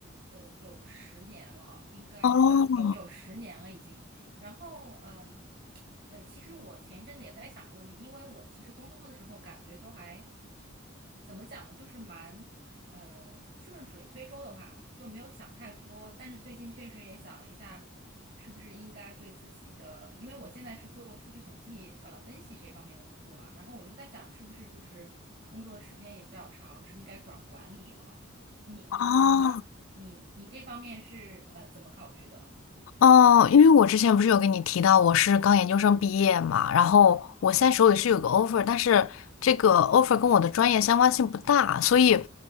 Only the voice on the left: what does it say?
哦
哦，
哦，因为我之前不是有跟你提到我是刚研究生毕业嘛，然后我现在手里是有个 offer，但是这个 offer 跟我的专业相关性不大，所以